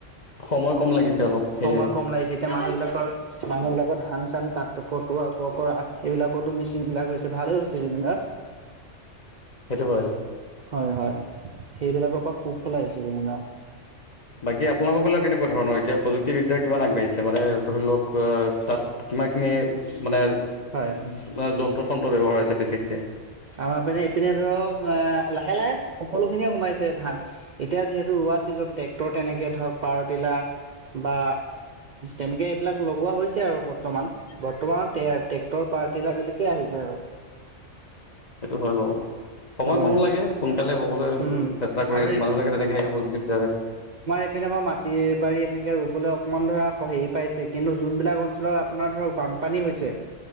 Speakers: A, on the left; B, on the right.
A: সময় কম লাগিছে অলপ সেয়াই
B: সময় কম লাগিছে মানুহ বিলাকৰ মানুহ বিলাকৰ ধান চান কাট কটোৱা ককৰা এইবিলাকতো মেচিন বিলাক হৈছে ভাল ভালেই হৈছে যেনিবা
A: সেইটো হয়
B: হয় হয় সেইবিলাকৰ পৰা সুফল আহিছে যেনিবা
A: বাকী আপোনালোকৰ ফালে কেনেকুৱা ধৰণৰ এতিয়া প্ৰযুক্তিবিদ্যা কিমান আগবাঢ়িছে মানে ধৰি লওক অ তাত ইমানখিনি মানে য
B: হয়
A: যন্ত্ৰ চন্ত্ৰ ব্যৱহাৰ হৈছে বিশেষকে
B: আমাৰ পিনে এইপিনে ধৰক আ লাহে লাহে সকলো খিনিয়ে সোমাইছে ধান এতিয়া যিহেতু পোৱা ছিজন ট্ৰেক্টৰ তেনেকে ধৰক পাৱাৰ টিলাৰ বা তেনেকে এইবিলাক লগোৱা হৈছে আৰু বৰ্তমান বৰ্তমানৰ টে ট্ৰেক্টৰ পা পাৰ্টিলা বিলকে আহিছে আৰু
A: সেইটো হয় বাৰু সময়
B: হয়
A: কম লাগে সোনকালে হ'বলৈ
B: উম
A: চেষ্টা কৰি
B: আৰু
A: আছে মানুহবিলাকে তেনেকে পজিটিভ দিয়া হৈছে
B: এপিনে পা মাটিয়ে বাৰীয়ে এনেকে ৰো হবলে অকনমান ধৰা হেৰি পাইছে কিন্তু যোনবিলাক অঞ্চলত আপোনাৰ ধৰক বানপানী হৈছে